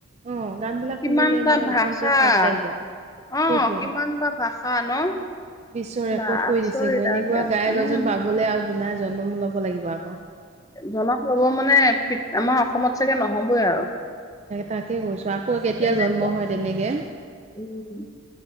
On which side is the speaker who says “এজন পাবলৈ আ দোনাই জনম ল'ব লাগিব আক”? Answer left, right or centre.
Right